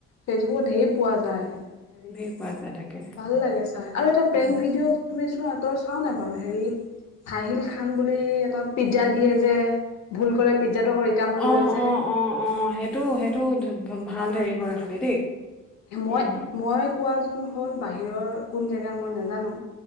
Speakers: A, on the left (about 65°); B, in the centre.
A: ফেচবুকত ঢেৰ পোৱা যায়। হেৰি,
B: ধেৰ পোৱা যায় তাকে
A: ভাল লাগে চাই আৰু এটা
B: উম।
A: প্ৰেংক ভিডিঅ তুমি চোৱা তই চাও নে বাৰু হেৰি চাহিল খান বুলি এটা পিজ্জা দিয়ে যে, ভুল কৰে পিজ্জাটো আকৌ ৰিটাৰ্ণ
B: অ',
A: লৈ লয় যে।
B: অ', অ', অ' সেইটো সেই টো ভাল হেৰি কৰে খালি দেই।
A: মই-মই
B: উম,
A: কোৱাজন হ'ল বাহিৰৰ কোন জেগাৰ মই নাজানো।